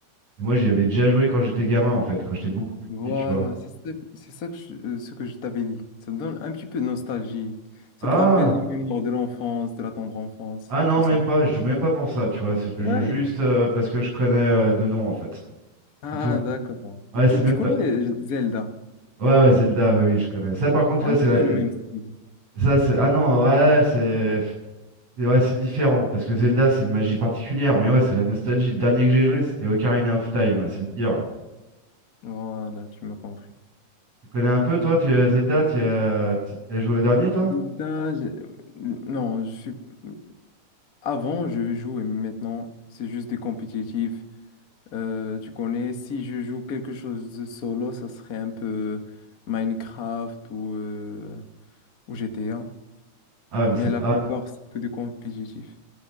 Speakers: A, on the right; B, on the left.
A: Et moi, j'y avais déjà joué quand j'étais gamin, en fait, quand j'étais beaucoup plus petit,
B: Voilà,
A: tu vois.
B: c'est ça, c'est ça que je- euh, ce que je t'avais dit. Ça te donne un petit peu de nostalgie.
A: Ah,
B: Ça te rappelle les mémoires de l'enfance, de la tendre enfance,
A: ah non,
B: tout
A: même
B: ça.
A: pas, je joue même pas pour ça, tu vois. c'est- Je
B: C'est
A: joue
B: vrai.
A: juste euh, parce que je connais euh, de nom, en fait.
B: Ah,
A: C'est tout.
B: d'accord.
A: Ouais, c'est
B: Tu,
A: même
B: tu connais
A: pas.
B: euh, Zelda?
A: Ouais, ouais, Zelda, oui, oui, je connais. Ça, par contre,
B: C'est
A: ouais,
B: Un
A: c'est
B: peu
A: la...
B: le même style.
A: Ça, c'est... Ah non, ouais, c'est... c'est- Ouais, c'est différent, parce que Zelda, c'est une magie particulière, mais ouais, c'est la nostalgie. Le dernier que j'ai joué, c'était Ocarina of Time, ouais, c'est de dire.
B: Voilà, tu m'as compris.
A: Tu connais un peu, toi, tu, Zelda, tu as, tu- tu as joué au dernier, toi?
B: Zelda, j'ai- euh, non, je suis... euh, Avant, je jouais, mais maintenant, c'est juste des compétitifs. Euh, tu connais, si je joue quelque chose de solo, ça serait un peu Minecraft ou, euh, ou GTA.
A: Ah, ouais, mais c'est
B: Mais
A: pas.
B: la plupart,
A: ah,
B: c'est que du compétitif.